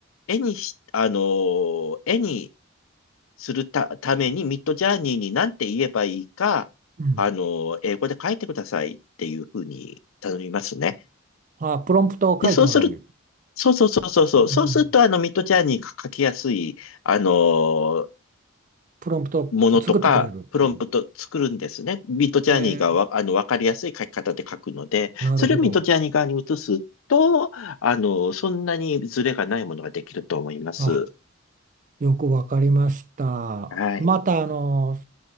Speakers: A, on the left; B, on the right.
A: 絵にし、あのー絵にするた、ために、ミッドジャーニーに何て言えばいいか、
B: うん。
A: あの、英語で書いてくださいっていうふうに頼みますね。
B: ああ、プロンプトを書いてもらう
A: で、そうする、そうそうそうそうそう、
B: うんうんうん
A: そうすると、あの、ミッドジャーニーが書きやすい、あの、
B: プロンプトを作ってくれるっていう。
A: ものとか、プロンプト作るんですね。ミッドジャーニーがわ、
B: へえ、
A: あの、わかりやすい書き方で書くので、
B: なるほど。
A: それをミッドジャーニー側に移すと、あの、そんなにズレがないものができると思います。
B: あ、よくわかりました。
A: はい。
B: また、あの、